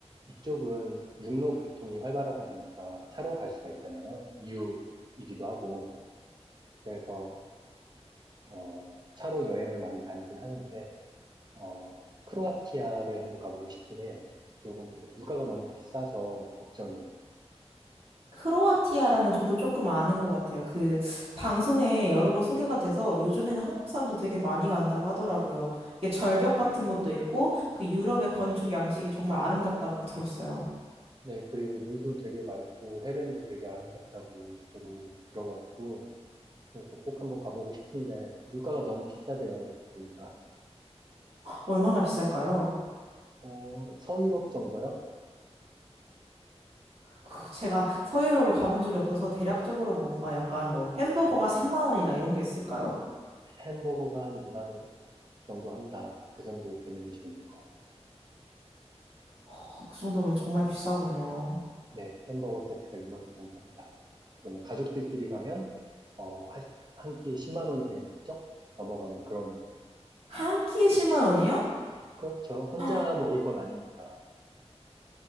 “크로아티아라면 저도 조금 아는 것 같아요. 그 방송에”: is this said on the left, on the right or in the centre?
Right